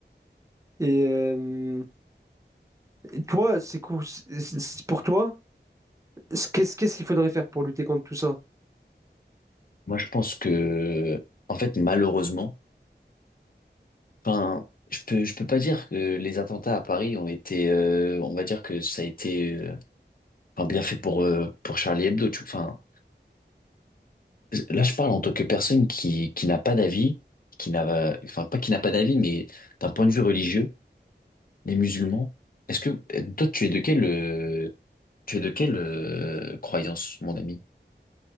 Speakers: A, on the right; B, on the left.
A: Et, euh, et toi, c'est cool. c'est- c'est- Pour toi, ce- qu'est-ce qu'est-ce qu'il faudrait faire pour lutter contre tout ça?
B: Moi, je pense que, en fait, malheureusement, enfin, je peux, je peux pas dire que les attentats à Paris ont été, euh, on va dire que ça a été, euh, enfin, bien fait pour, euh, pour Charlie Hebdo. tu- Enfin, Là, je parle en tant que personne qui, qui n'a pas d'avis, qui n'a, enfin, pas qui n'a pas d'avis, mais d'un point de vue religieux, les musulmans. Est-ce que, euh, toi, tu es de quelle, euh, tu es de quelle, euh, croyance, mon ami?